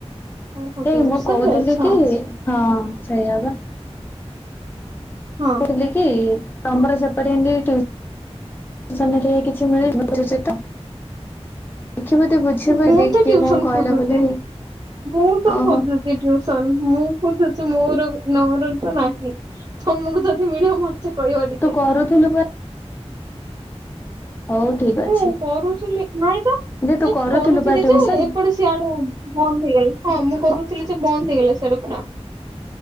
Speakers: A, on the right; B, on the left.
A: ଓହୋ
B: ଏଇ
A: ଟିଉସନ
B: ମୁଁ କହୁଥିଲି
A: ରେ ଅଛ
B: କି ହଁ ସେଇ ହବା।
A: ହଁ
B: <unintelligible> କି ତମର ସେପଟେ--ଟି--ଉସନ୍ <unintelligible>
A: ମୁଁ ତ
B: କିଏ
A: ଟ୍ୟୁସନ
B: କଣ କହିଲା
A: ଖୋଜୁଛି,
B: ବୋଲି
A: ମୁଁ ତ
B: ଓହୋ
A: ଖୋଜୁଛି। <unintelligible> ମୁଁ ଛି <inaudible> ମୋର ନର ତ ନାହିଁ। ତମକୁ ଯଦି ମିଳିବ ମୋତେ କହିବ ଟିକେ।
B: ତୁ କରୁଥିଲୁ ହଉ ଠିକ
A: ମୁଁ
B: ଅଛି
A: କରୁଥିଲି ନାଇଁ ତ
B: ଯେ ତୁ
A: ନାଇ
B: କରୁଥିଲୁ
A: କରୁଥିଲି
B: ବା ଟିଉସନ?
A: ଯେ ଏପଟେ ସେ ସେଆଡୁ ବନ୍ଦ ହେଇଗଲା ହଁ ମୁଁ କରୁଥିଲି ଯେ ବନ୍ଦ ହେଇଗଲା ସେଆଡୁ ପୁରା।